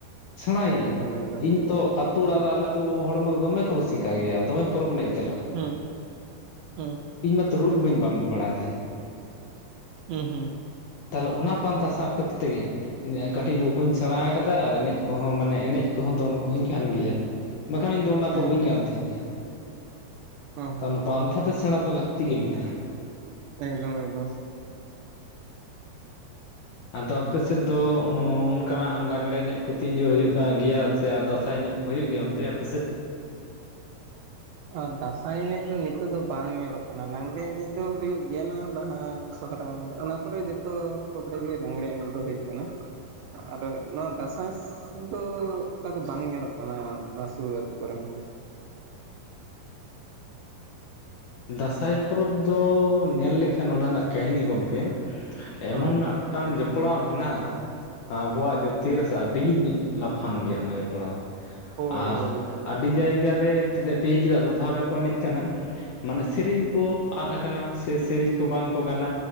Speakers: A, on the left (about 70°); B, on the right (about 80°).
A: ᱥᱮᱬᱟᱭ ᱜᱤᱭᱟᱹᱧ
B: ᱮᱠᱫᱚᱢ ᱮᱠᱫᱚᱢ
A: ᱤᱧ ᱛᱚ ᱟᱹᱛᱩ ᱚᱲᱟᱜ ᱨᱮ ᱛᱚ ᱦᱚᱲᱢᱚ ᱫᱚᱢᱮ ᱠᱚ ᱨᱩᱥᱤᱠᱟ ᱜᱮᱭᱟ ᱫᱚᱢᱮ ᱯᱚᱨᱚᱵᱽ ᱮᱱᱮᱡ ᱠᱚ ᱪᱟᱞᱟᱜᱼᱟ
B: ᱦᱮᱸ ᱦᱮᱸ
A: ᱤᱧ ᱢᱟᱛᱚ ᱨᱩᱣ ᱜᱮ ᱵᱟᱹᱧ ᱵᱟᱲᱟᱭ ᱛᱟᱦᱮᱸᱫᱼᱟ
B: ᱦᱩᱸ ᱦᱩᱸ
A: ᱛᱟᱦᱚᱞᱮ ᱚᱱᱟ ᱯᱟᱱᱛᱷᱟ ᱥᱟᱵᱛ ᱠᱛᱮᱜᱮ ᱠᱟᱹᱴᱤᱡ ᱨᱩᱜᱽ ᱦᱚᱸᱧ ᱥᱮᱬᱟ ᱠᱟᱫᱟ ᱟᱨ ᱮᱱᱮᱡ ᱠᱚᱦᱚᱸ ᱢᱟᱱᱮ ᱮᱱᱮᱡ ᱠᱚᱦᱚᱸ ᱫᱚᱱ ᱠᱚᱦᱚᱧ ᱜᱟᱱ ᱜᱮᱭᱟ ᱵᱟᱠᱷᱟᱱ ᱤᱧ ᱫᱚ ᱚᱱᱟ
B: ᱦᱩᱸ
A: ᱠᱚ ᱵᱟᱹᱧ ᱜᱟᱱ ᱛᱟᱦᱮᱸᱫᱼᱟ
B: ᱦᱩᱸ
A: ᱛ
B: ᱦᱩᱸ
A: ᱚᱱᱟ ᱯᱟᱱᱛᱷᱟ ᱛᱮ ᱥᱮᱬᱟ ᱫᱚ ᱞᱟᱹᱠᱛᱤ ᱜᱮ ᱢᱮᱱᱟᱜᱼᱟ
B: ᱮᱠᱫᱚᱢ ᱮᱠᱫᱚᱢ
A: ᱟᱫᱚ ᱟᱯᱮ ᱥᱮᱫ ᱫᱚ ᱚᱱᱠᱟᱱᱟᱜ ᱞᱟᱜᱽᱲᱮ ᱮᱱᱮᱡ ᱠᱚ ᱛᱤᱱ ᱡᱳᱨ ᱦᱩᱭᱩᱜ ᱠᱟᱱ ᱜᱮᱭᱟ ᱥᱮ ᱟᱨ ᱫᱟᱸᱥᱟᱭ ᱮᱱᱮᱡ ᱦᱩᱭᱩᱜ ᱜᱮᱭᱟ ᱚᱱᱛᱮ ᱟᱯᱮᱥᱮᱫ
B: ᱟᱨ ᱫᱟᱸᱥᱟᱭ ᱮᱱᱮᱡ ᱫᱚ ᱱᱤᱛᱚᱜ ᱫᱚ ᱵᱟᱝ ᱧᱮᱞᱚᱜ ᱠᱟᱱᱟ ᱞᱟᱜᱽᱲᱮ ᱮᱱᱮᱡ ᱫᱚ ᱦᱩᱭᱩᱜ ᱜᱮᱭᱟ ᱱᱚᱜᱼᱚᱭ ᱵᱟᱦᱟ ᱥᱚᱦᱨᱟᱭ ᱚᱱᱟ ᱠᱚᱨᱮ ᱡᱚᱛᱚ ᱯᱚᱨᱚᱵᱽ ᱨᱮᱜᱮ ᱞᱟᱸᱜᱽᱲᱮ ᱮᱱᱮᱡ ᱫᱚ ᱦᱩᱭᱩᱜ ᱠᱟᱱᱟ ᱟᱫᱚ ᱱᱚᱣᱟ ᱫᱟᱸᱥᱟᱭ ᱫᱚ ᱚᱱᱠᱟ ᱫᱚ ᱵᱟᱝ ᱧᱮᱞᱚᱜ ᱠᱟᱱᱟ ᱱᱚᱣᱟ ᱥᱩᱨ ᱟ ᱟᱹᱛᱩ ᱠᱚᱨᱮ ᱦᱚᱸ
A: ᱫᱟᱸᱥᱟᱭ ᱯᱚᱨᱚᱵᱽ ᱫᱚ ᱧᱮᱞ ᱞᱮᱠᱷᱟᱱ ᱚᱱᱟ ᱨᱮᱱᱟᱜ ᱠᱟᱹᱦᱱᱤ ᱜᱚᱢᱠᱮ ᱮᱢᱚᱱ
B: ᱦᱳᱭ
A: ᱢᱟ ᱢᱤᱫᱴᱟᱝ ᱡᱚᱯᱲᱟᱣ ᱢᱮᱱᱟᱜᱼᱟ ᱟᱵᱚᱣᱟᱜ ᱡᱟᱹᱛᱤ ᱨᱮ ᱥᱮ ᱟᱹᱰᱤ ᱞᱟᱯᱷᱟᱝ ᱜᱮᱭᱟ ᱚᱱᱟ ᱡᱚᱯᱲᱟᱣ ᱫᱚ
B: ᱦᱳᱭ
A: ᱟᱨ
B: ᱦᱳᱭ ᱦᱳᱭ
A: ᱟᱹᱰᱤ ᱡᱟᱭᱜᱟ ᱨᱮ ᱛᱮᱦᱮᱧ ᱪᱮᱫᱟᱜ ᱫᱚ ᱫᱷᱟᱮ ᱠᱚ ᱮᱱᱮᱡ ᱠᱟᱱᱟ ᱢᱟᱱᱮ ᱥᱮᱨᱮᱧ ᱠᱚ ᱟᱫ ᱟᱠᱟᱱᱟ ᱥᱮ ᱥᱮᱨᱮᱧ ᱠᱚ ᱵᱟᱝᱠᱚ ᱜᱟᱱᱟ